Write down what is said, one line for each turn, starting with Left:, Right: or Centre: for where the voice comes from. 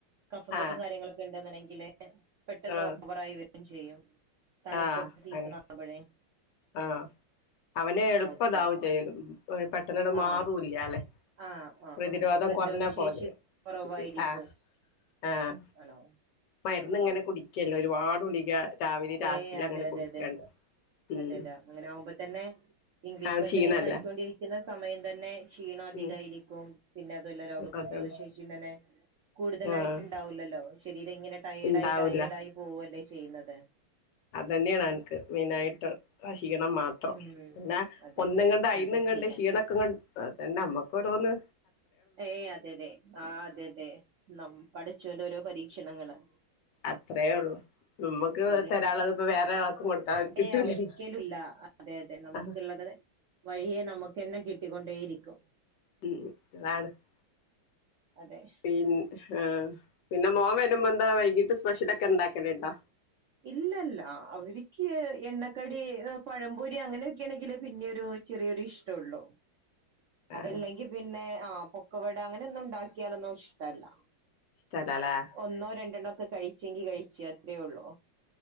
Right: കഫക്കെട്ടും
Left: ആഹ്
Right: കാര്യങ്ങളൊക്കെ ണ്ടെങ്കിൽ പെട്ടെന്ന്
Left: ആഹ്
Right: ഓവറായിവെരും ചെയ്യും തണുപ്പൊക്കെ
Left: ആഹ്
Right: സീസൺ ആവുമ്പോഴേ
Left: ആഹ് അവന എളുപ്പതാവും
Right: ഓക്കെ
Left: ചെയ്യു പെട്ട്ന്ന്
Right: ആഹ്
Left: മാറൂല്ല അല്ലെ
Right: ആഹ് ആഹ്
Left: പ്രതിരോധം
Right: ആഹ് പ്രതിരോധ
Left: കൊർഞ്ഞാ
Right: ശേഷി
Left: പോലെ
Right: കുറവായിരിക്കും
Left: ആഹ് ആഹ്
Right: ആണോ
Left: മര്ന്ന്
Right: ആഹ്
Left: ഇങ്ങനെ
Right: ആഹ്
Left: കുടിക്കല്ലോ ഒരുപാട് കുളിക രാവിലെ രാത്രിൽ
Right: ഏഹ് അതെ
Left: അങ്ങനെ
Right: അതെ
Left: കുടിക്കാണ്ട്
Right: അതെ
Left: ഉം
Right: അതെ അതെ അങ്ങനെ ആകുമ്പ തന്നെ ഇംഗ്ലീഷ്
Left: ആ
Right: മരുന്ന്
Left: ക്ഷീണല്ലേ
Right: ഇങ്ങനെ കഴിച്ചോണ്ടിരിക്കും ക്കുന്ന സമയം തന്നെ ക്ഷീണം അധികമായിരിക്കും
Left: ഉം
Right: പിന്നെ അതുമല്ല രോഗപ്രതിരോധ
Left: അതാണ്
Right: ശേഷിയും തന്നെ കൂടുതലായിട്ട്ണ്ടാവൂലല്ലോ
Left: ആഹ്
Right: ശരീരം ഇങ്ങനെ ട്ടയേർഡ
Left: ഇണ്ടാവൂല
Right: ആയി ട്ടയേർഡ ആയി പോകല്ലേ ചെയ്യുന്നത്.
Left: അതന്നെയാണ് ആൾക്ക് മെയിനാ ആയിട്ട് ഹശീണം മാത് ടാ
Right: ഉം അതെ
Left: ഒന്ന്
Right: അതെ
Left: ങ്ങട്ട് അയിന്ന്
Right: എന്താ
Left: ങ്ങട്ട്
Right: ചെയ്യാം
Left: ക്ഷീണക്കങ്ങട് അതന്നെ അമ്മകൊരോന്ന്
Right: ഏയ് അതെ അതെ ആ അതെ അതെ നമ് പടച്ചൊണ്ട് ഓരോ പരീക്ഷണങ്ങള്
Left: അത്രയേ ഉള്ളൂ നുമ്മുക്ക്
Right: അതെ
Left: തരാളത് ഇപ്പ വേറെരാൾക്ക് കൊടുക്കാ കിട്ടൂലല്ലോ?
Right: ഏ ഒരിക്കലുല്ല അതെ അതെ നമുക്ള്ളത്
Left: ആഹ്
Right: വഴിയെ നമുക്കന്നെ കിട്ടിക്കൊണ്ടേയിരിക്കും.
Left: <unintelligible>
Right: അതെ
Left: പിൻ ആഹ് പിന്നെ മോൻ വരുമ്പോ എന്താ വൈകീട്ട് സ്പെഷ്യലൊക്കെ എന്താക്കലണ്ടോ?
Right: ഇല്ലല്ല അവർക്ക് എണ്ണക്കടി പഴംമ്പൂരി അങ്ങനെയൊക്കൊണെങ്കില് പിന്നെരു ചെറിയൊരു ഇഷ്ടംള്ളോ അതല്ലെങ്കി
Left: ആണോ
Right: പിന്നെ അഹ് പൊക്കവട അങ്ങനെ ഒന്നും ഉണ്ടാക്കിയാലോന്നോശ്ടല്ല
Left: <unintelligible>
Right: ഒന്നോ രണ്ടെണ്ണോ ഒക്കെ കഴിച്ചെങ്കിൽ കഴിച്ചേ അത്രേ ഉള്ളൂ